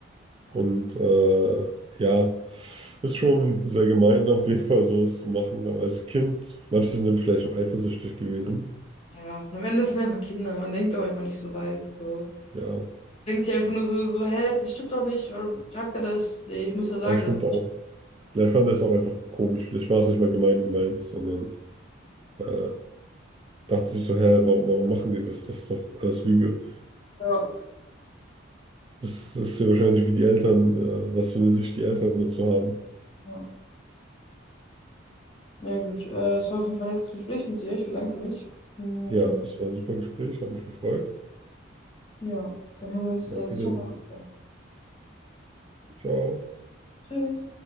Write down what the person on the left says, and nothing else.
Ja. Und am Ende sind einfach Kinder. Man denkt doch einfach nicht so weit. So.
Denkt sich einfach nur so, so, hä, das stimmt doch nicht. Warum sagt er das? Nee, ich muss ja sagen,
dass.
Ja.
Ja. Ja, gut. Äh, es war auf jeden Fall ein nettes Gespräch mit dir. Ich bedanke mich. Hm,
ja, dann hören wir uns
äh,
sicher
bald wieder.
Tschüss.